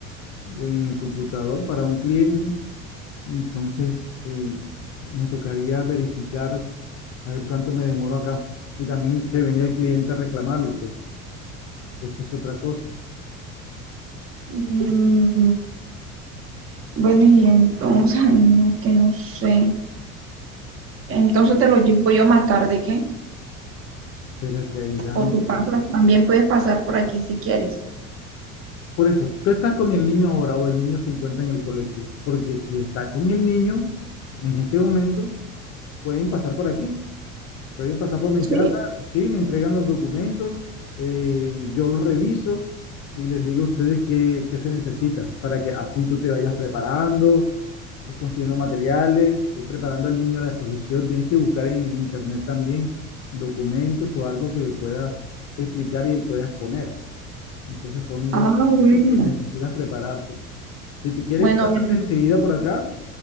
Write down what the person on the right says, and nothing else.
Mm, bueno, y entonces, ay, no, que no sé. Entonces te lo llevo yo más tarde, ¿qué?
O tú pasas, también puedes pasar por aquí si quieres.
Sí.
Ah,
bueno.
Bueno,
bueno,